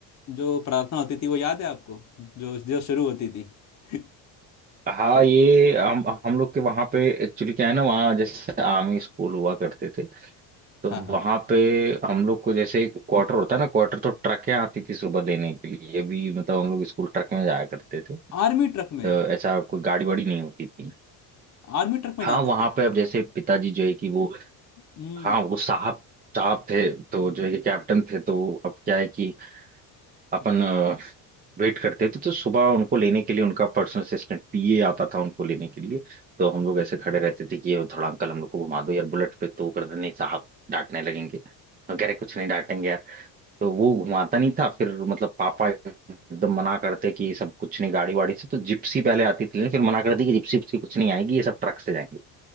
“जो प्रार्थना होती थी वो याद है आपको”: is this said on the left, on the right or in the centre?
Left